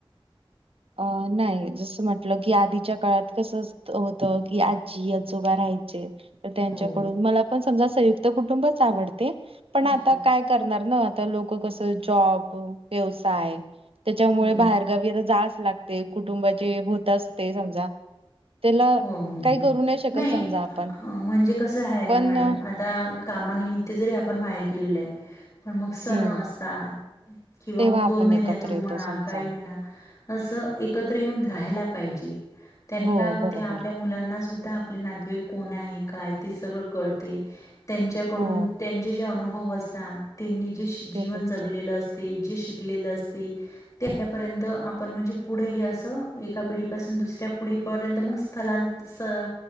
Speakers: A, on the right; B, on the left.
A: अ नाही जसं म्हटलं की आधीच्या काळात कसं होत की आजी-आजोबा राहा यचे. त्यांच्याकडून
B: हो
A: मला पण समजा संयुक्त कुटुंबच आवडते पण
B: हम्म
A: आता काय करणार आता लोकं कसं जॉब व्यवयाय त्याच्यामुळे
B: हम्म
A: बाहेरगावी अस जास्त लागते कुटुंबाचे होत असते समजा त्याला
B: हो, हो, हो.
A: काही करू शकत
B: नाही
A: समजा आपण
B: म्हणजे कस आहे ना
A: पण
B: मॅडम
A: अ,
B: आता कामानिमित्त जरी आपण बाहेर गेलेलं आहे पण मग सण
A: हम्म
B: असतात किंवा
A: तेव्हा
B: मग दोन
A: आपण
B: महिन्यातून
A: एकत्र येतो
B: म्हणा
A: समजा
B: काही म्हणा असं एकत्र येऊन राहायला पाहिजे त्यांनी
A: हो
B: काय होत
A: बरोबर
B: ते आपल्या मुलांना सुद्धा आपले नातेवाईक कोण आहे, काय ते सगळं कळते त्यांच्याकडून
A: हो
B: त्यांचे जे अनुभव असतात, त्यांनी जे जीवन
A: ते भेटतात
B: जगलेलं असते जे पिकलेले असते ते आपल्यापर्यंत आपण म्हणजे पुढे हे असं एका पिढीपासून दुसऱ्या पि ढीपर्यंत मग स्थलांतर,